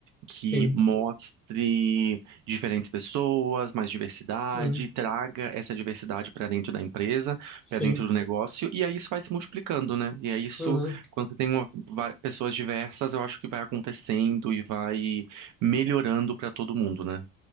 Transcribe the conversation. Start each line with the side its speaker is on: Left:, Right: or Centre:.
Right: que
Centre: Sim,
Right: mostre diferentes pessoas, mais diversidade,
Centre: uhum,
Right: traga essa diversidade para dentro da empresa,
Centre: sim.
Right: para dentro do negócio, e aí isso vai se multiplicando, né? E é isso,
Centre: Uhum.
Right: quando você tem uma- va- pessoas diversas, eu acho que vai acontecendo e vai melhorando para todo mundo, né?